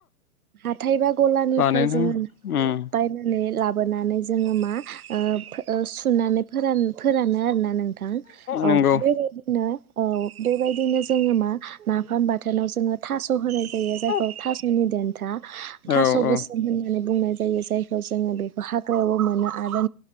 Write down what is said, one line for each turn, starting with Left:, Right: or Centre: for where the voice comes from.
Right: हाथाय बा गलानिफ्राय
Left: बानायनो
Right: जोङो नाखौ
Left: उम
Right: बायनानै लाब नानै जोङो मा ओ फो सुनानै फोरन फोरानो आरोना नों थां औ
Left: नंगौ
Right: बेबायदिनो औ बेबायदिनो जोङो मा नाफाम बाथोनाव जोङो थास होनाय जायो
Left: औ
Right: जायखौ थासनि देन्था
Left: औ
Right: थास'
Left: औ
Right: गोसोम होननानै बुंनाय जायो जायखौ जोङो बे हाग मानो आरो